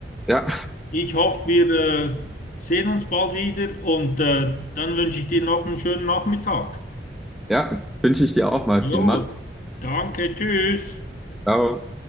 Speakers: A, in the centre; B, on the left.
A: ja,
B: Ich hoffe, wir äh, sehen uns bald wieder und äh, dann wünsche ich dir noch einen schönen Nachmittag.
A: ja, wünsche ich dir auch, Martin.
B: Jo,
A: Mach's. gut.
B: danke, tschüss.
A: Ciao.